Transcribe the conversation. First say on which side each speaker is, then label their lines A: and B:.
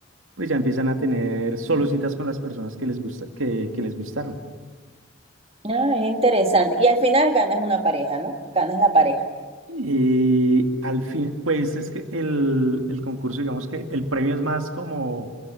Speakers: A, on the right; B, on the right.
A: pues ya empiezan a tener solo citas con las personas que les gusta, que, que les gustaron.
B: Ah, es interesante. Y al final ganas una pareja, ¿no? Ganas la pareja.
A: Y al fin, pues es que el, el concurso, digamos que el premio es más como